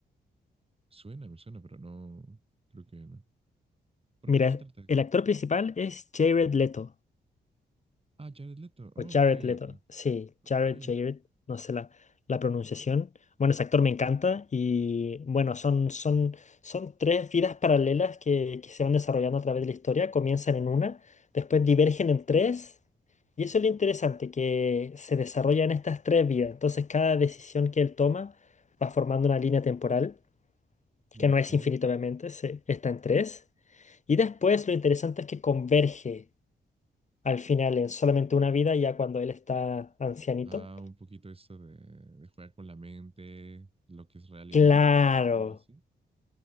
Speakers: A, on the right; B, on the left.
A: Suena, me suena, pero no, creo que no. Porque
B: Mira,
A: de qué trata?
B: el actor principal es Jared Leto,
A: Ah, Jared Leto. Ah,
B: o Jared
A: ok,
B: Leto,
A: ok.
B: sí,
A: Ok,
B: Jared, Jared,
A: ok.
B: no sé la, la pronunciación. Bueno, ese actor me encanta y bueno, son, son, son tres vidas paralelas que, que se van desarrollando a través de la historia, comienzan en una, después divergen en tres y eso es lo interesante, que se desarrollan estas tres vidas, entonces cada decisión que él toma va formando una línea temporal,
A: Ok.
B: que no es infinita obviamente, se, está en tres y después lo interesante es que converge. al final en solamente una vida, ya cuando él está ancianito.
A: Ah, un poquito eso de, de jugar con la mente, lo que es real y
B: Claro,
A: no. Algo así.